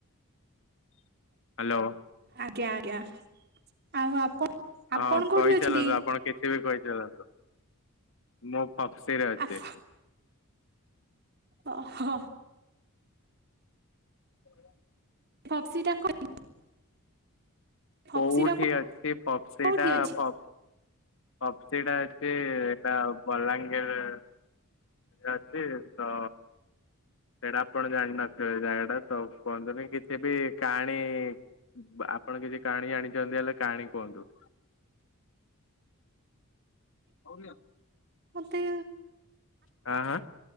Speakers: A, on the left; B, on the right.
A: ହ୍ୟାଲୋ।
B: ଆଜ୍ଞା ଆଜ୍ଞା ଆଉ ଆପ
A: ହଁ
B: ଆପଣ କୋଉଠି
A: କହିଚାଲନ୍ତୁ
B: ଅଛନ୍ତି?
A: ଆପଣ କିଛି ବି କହିଚାଲନ୍ତୁ ମୁଁ ପପ୍ସିରେ ଅଛି।
B: ଆପ ଓହୋ।
A: <inaudible>
B: ପପ୍ସିି ଟା <unintelligible> ଫପ୍ସିଟା
A: କୋଉଠି ଅଛି ପପ୍ସିଟା
B: କୋଉଠି ଅଛି?
A: ଫ ପପ୍ସିଟା ଅଛି ଏଟା ବଲାଙ୍ଗୀରେ। ଅଛି ତ ସେଇଟା ଆପଣ ଜାଣିନଥିବେ ଏ ଜାଗାଟା ତ କୁହନ୍ତୁନି କିଛି ବି କାହାଣୀ ବା ଆପଣ କିଛି କାହାଣୀ ଜାଣିଚନ୍ତି ହେଲେ କାହାଣୀ କୁହନ୍ତୁ? ହଉ ନିଅ
B: ମତେ
A: ହଁ